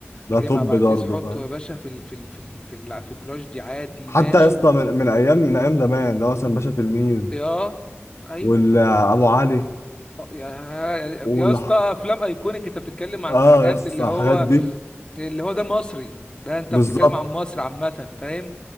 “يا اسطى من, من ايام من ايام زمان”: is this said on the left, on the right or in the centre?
Left